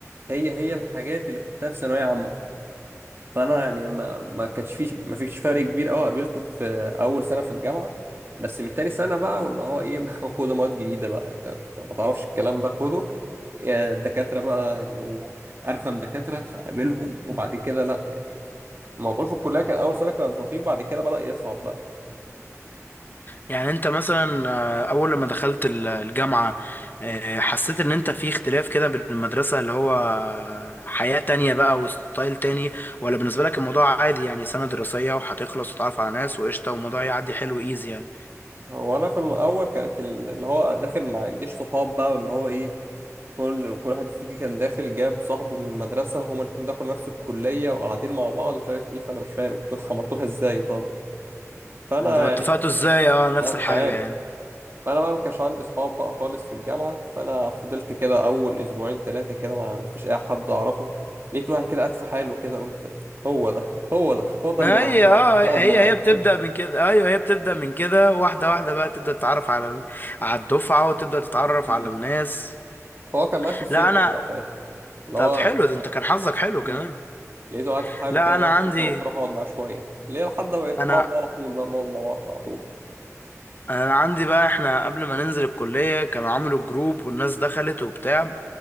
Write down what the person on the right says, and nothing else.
هي هي الحاجات اللي خدتها في ثانوية عامة فأنا يعني ما ما كانش فيه ما فيش فرق كبير أوي قابلته في أول سنة في الجامعة بس من تاني سنة بقى واللي هو إيه <laughs> خد مواد جديدة بقى أنت ما تعرفش الكلام ده خده يا الدكاترة بقى يبقوا أرخم دكاترة قابلهم وبعد كده لأ الموضوع في الكلية كان أول سنة كان لطيف بعد كده بدأ يصعب بقى
هو أنا في الأول كانت ال- اللي هو داخل ما عنديش صحاب بقى واللي هو إيه كل كل واحد فيك كان داخل جاب صاحبه من المدرسة هما الاتنين دخلوا نفس الكلية وقاعدين مع بعض ومش عارف ايه فأنا مش فاهم انتوا <laughs> عملتوها ازاي طب فأنا
يعني
اه
مش عارف
فأنا بقى ما كانش عندي صحاب بقى خالص في الجامعة فأنا فضلت كده أول أسبوعين تلاتة كده ما ما فيش أي حد أعرفه لقيت واحد كده قاعد في حاله كده قلت هو ده هو ده هو ده
اللي ه-
هقعد
معاه
<laughs>
امم
فهو كان معايا في السكشن
بقى ساعتها اللي
هو
امم
لقيته قاعد في حاله
كده
معايا في السكشن
قلت أروح أقعد معاه شوية ليه لحد ما بقيت
بقعد معاه على طول بقى بنقعد مع بعض على طول